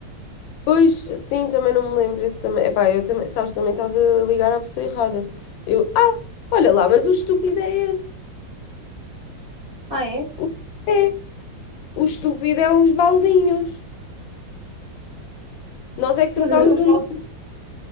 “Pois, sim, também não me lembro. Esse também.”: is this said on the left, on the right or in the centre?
Left